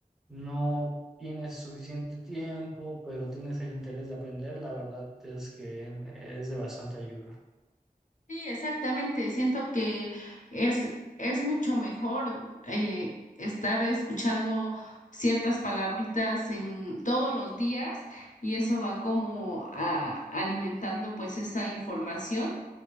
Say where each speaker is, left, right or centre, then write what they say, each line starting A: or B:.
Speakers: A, in the centre; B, on the left.
A: no tienes suficiente tiempo, pero tienes el interés de aprender, la verdad es que es de bastante ayuda.
B: Sí, exactamente. Siento que es, es mucho mejor eh, estar escuchando ciertas palabritas en todos los días y eso va como a- alimentando pues esa información